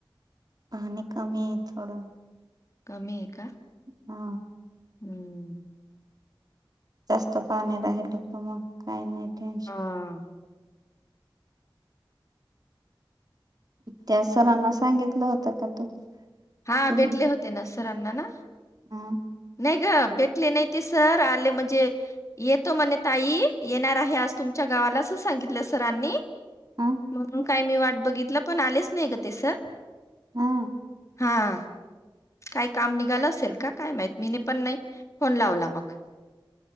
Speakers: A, on the right (about 50°); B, on the left (about 35°).
A: पाणी कमी आहे. थोडं.
B: कमी आहे का?
A: हा,
B: हम्म,
A: जास्त पाणी राहिलं तर मग काही नाही टेन्शन.
B: हा
A: त्या सरांना सांगितलं होतं का तू
B: हा
A: ते.
B: भेटले होते ना सरांना ना
A: हा,
B: नाही ग, भेटले नाही ते सर आले म्हणजे. येतो म्हणे ताई येणार आहे. आज तुमच्या गावाला अस सांगितलं सरांनी.
A: हा
B: म्हणून काय, मी वाट बघितलं पण आलेच नाही ग ते सर.
A: हा,
B: हा, काय काम निघाल असेल का? काय माहित मी न पण नाही. फोन लावला मग!